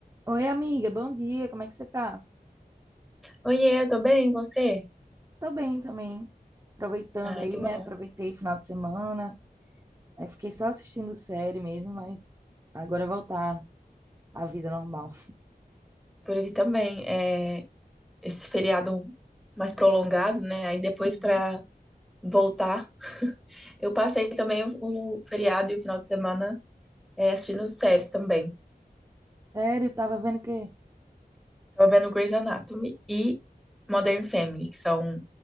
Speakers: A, on the right (about 20°); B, in the centre.
A: Oi, amiga, bom dia, como é que você tá?
B: Oiê, eu tô bem, e você?
A: Tô bem também, aproveitando
B: Ai,
A: aí,
B: que bom.
A: né? Aproveitei o final de semana, aí fiquei só assistindo série mesmo, mas agora voltar à vida normal.
B: Por aqui também. É, esse feriado mais prolongado, né? Aí depois
A: Uhum.
B: pra voltar, eu passei também o, o feriado e o final de semana é, assistindo série também.
A: Sério, tava vendo que.
B: Tava vendo Grey's Anatomy e Modern Family, que são